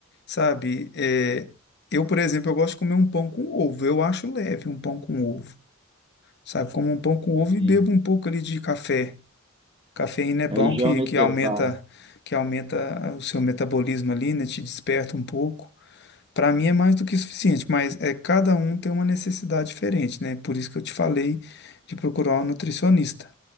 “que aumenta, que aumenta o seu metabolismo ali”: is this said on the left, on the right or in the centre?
Left